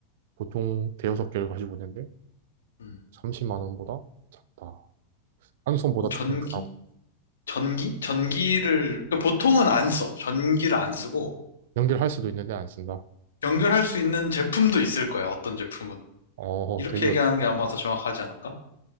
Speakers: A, on the right; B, on the left.
A: 보통 대여섯 개를 가지고 있는데
B: 음.
A: 30만 원보다 작다. 한 손보다
B: 전기?
A: 조금 크다고.
B: 전기? 전기를, 그러니까 보통은 안 써. 전기를 안 쓰고,
A: 연결할 수도 있는데 안 쓴다.
B: 연결할 수 있는 제품도 있을 거야, 어떤 제품은.
A: 어,
B: 이렇게
A: 되게
B: 얘기하는
A: 어렵.
B: 게 아마 더 정확하지 않을까?